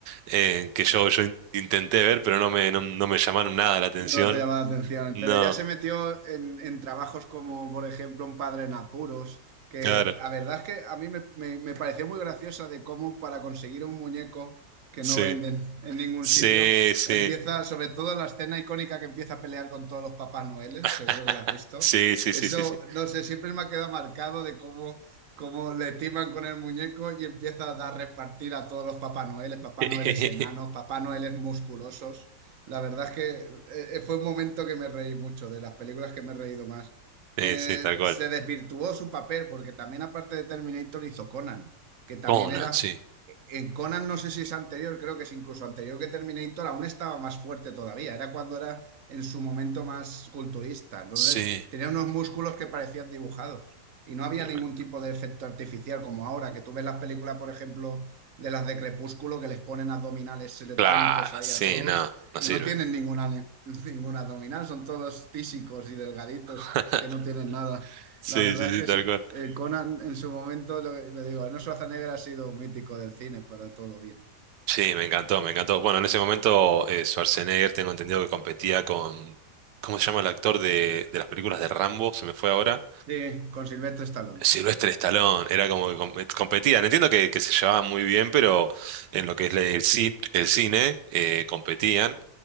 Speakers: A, on the right; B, on the right.
A: eh, que yo, yo in- intenté ver, pero no me, no, no me llamaron nada la atención.
B: No te llama la atención,
A: No,
B: pero ya se metió en, en trabajos como, por ejemplo, Un padre en apuros, que
A: claro,
B: la verdad es que a mí me, me- me pareció muy graciosa de cómo para conseguir un muñeco que
A: sí,
B: no venden en ningún
A: sí,
B: sitio,
A: sí.
B: empieza, sobre todo la escena icónica que empieza a pelear con todos los Papás Noeles,
A: <laughs>
B: seguro que la has visto.
A: Sí, sí,
B: Eso,
A: sí, sí, sí.
B: no sé, siempre me ha quedado marcado de cómo, cómo le timan con el muñeco y empieza a dar repartir a todos los Papás Noeles, Papá
A: <laughs>
B: Noeles enanos, Papá Noeles musculosos. La verdad es que eh, eh, fue un momento que me reí mucho, de las películas que me he reído más.
A: Sí,
B: Eh,
A: sí, tal cual.
B: se desvirtuó su papel porque también aparte de Terminator hizo Conan, que también
A: Conan,
B: era...
A: sí.
B: eh, En Conan no sé si es anterior, creo que es incluso anterior que Terminator, aún estaba más fuerte todavía, era cuando era en su momento más culturista, entonces
A: Sí.
B: tenía unos músculos que parecían dibujados y no había
A: Tremendo.
B: ningún tipo de efecto artificial como ahora, que tú ves las películas, por ejemplo, de las de Crepúsculo, que les ponen abdominales electrónicos
A: Claro,
B: ahí
A: sí,
B: a todos
A: no, no
B: y
A: sirve.
B: no tienen ninguna, ni- <laughs> ninguna abdominal, son todos tísicos y delgaditos
A: <laughs>
B: que no tienen nada.
A: Sí,
B: La verdad
A: sí,
B: es
A: sí,
B: que
A: tal
B: sí,
A: cual.
B: eh, Conan en su momento, lo que- le digo, Arnold Schwarzenegger ha sido un mítico del cine para todo bien.
A: Sí, me encantó, me encantó. Bueno, en ese momento eh, Schwarzenegger, tengo entendido que competía con... ¿Cómo se llama el actor de, de las películas de Rambo? Se me fue ahora.
B: Sí, con Silvestre Stallone,
A: Sylvester Stallone, era como que com- competían. Entiendo que, que se llevaban muy bien, pero en lo que es la- el, ci- el cine eh, competían.